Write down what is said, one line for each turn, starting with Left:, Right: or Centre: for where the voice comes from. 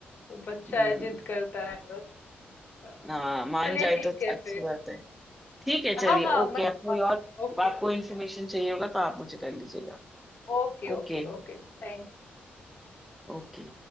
Left: बच्चा
Centre: हम्म
Left: है जिद करता है बस हाँ।
Centre: हाँ मान
Left: चलिए
Centre: जाए
Left: ठीक
Centre: तो
Left: है
Centre: अच्छी
Left: फिर
Centre: बात है ठीक है चलिए
Left: हाँ हाँ
Centre: ओके
Left: मैं
Centre: आप कोई और
Left: okay
Centre: आपको
Left: okay
Centre: इन्फॉर्मेशन चाहिए होगा तो आप मुझे कर लीजिएगा
Left: okay,
Centre: ओके
Left: okay, okay. Thank
Centre: ओके